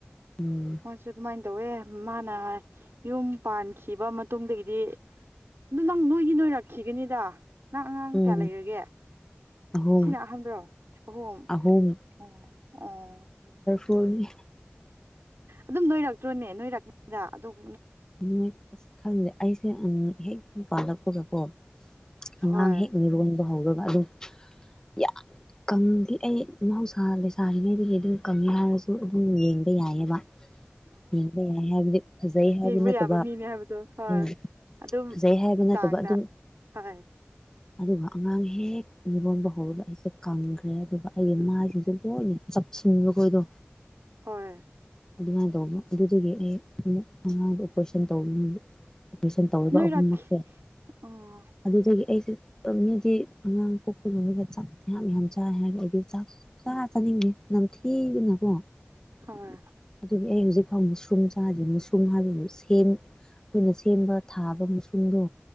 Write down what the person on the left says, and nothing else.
ꯎꯝ
ꯎꯝ
ꯑꯍꯨꯝ
ꯑꯍꯨꯝ
ꯇꯣꯅꯤ
ꯅꯣꯏ ꯑꯁ ꯈꯪꯗꯦ ꯑꯩꯁꯦ ꯍꯦꯛ ꯄꯥꯜꯂꯛꯄꯒꯀꯣ ꯑꯉꯥꯡ
ꯍꯦꯛ ꯃꯤꯔꯣꯟꯕ ꯍꯧꯔꯒ ꯑꯗꯨꯝ ꯌꯥꯝ ꯀꯪꯗꯦ ꯑꯩ ꯃꯍꯧꯁꯥ ꯂꯩꯁꯥꯔꯤꯉꯗꯤ ꯑꯗꯨ ꯀꯉ ꯍꯥꯏꯔꯁꯨ ꯎꯝ ꯌꯦꯡꯕ ꯌꯥꯏꯑꯕ ꯌꯦꯡꯕ ꯌꯥꯏ ꯍꯥꯏꯕꯗꯤ ꯐꯖꯩ ꯍꯥꯏꯕ
ꯅꯠꯇꯕ
ꯎꯝ
ꯐꯖꯩ ꯍꯥꯏꯕ ꯅꯠꯇꯕ
ꯑꯗꯨꯝ
ꯑꯗꯨꯒ ꯑꯉꯥꯡ ꯍꯦꯛ ꯃꯤꯔꯣꯟꯕ ꯍꯧꯔꯒ ꯑꯩꯁꯦ ꯀꯪꯈ꯭ꯔꯦ ꯑꯗꯨꯒ ꯑꯩꯒꯤꯃꯁꯤꯡꯁꯦ
ꯂꯣꯏꯅ ꯆꯞꯁꯤꯟꯕꯈꯣꯏꯗꯣ
ꯑꯗꯨꯃꯥꯏꯅ ꯇꯧꯕ ꯑꯗꯨꯗꯒꯤ ꯑꯩ ꯑꯃꯨꯛ ꯃꯉꯥꯡꯗ ꯑꯣꯄꯔꯦꯁꯟ ꯇꯧ ꯑꯣꯄꯔꯦꯁꯟ ꯇꯧꯔꯤꯕ
ꯑꯍꯨꯝꯃꯛꯁꯦ
ꯑꯗꯨꯗꯒꯤ ꯑꯩ ꯃꯤꯗꯤ ꯑꯉꯥꯡ ꯄꯣꯛꯄ ꯂꯣꯏꯔꯒ ꯆꯥꯛꯁ ꯌꯥꯝ ꯌꯥꯝ ꯆꯥꯏ ꯍꯥꯏꯔꯒ ꯑꯩꯗꯤ ꯆꯥꯛ ꯆꯥ ꯆꯥꯅꯤꯡꯉꯦ ꯅꯝ ꯊꯤꯒꯅꯀꯣ
ꯑꯗꯨꯗꯤ ꯑꯩ ꯍꯧꯖꯤꯛ ꯐꯥꯎ ꯃꯨꯁꯔꯨꯝ ꯆꯥꯗꯦ ꯃꯨꯁ꯭ꯔꯨꯝ ꯍꯥꯏꯕꯗꯨ ꯁꯦꯝ ꯑꯩꯈꯣꯏꯅ ꯁꯦꯝꯕ ꯊꯥꯕ ꯃꯁꯨꯝꯗꯣ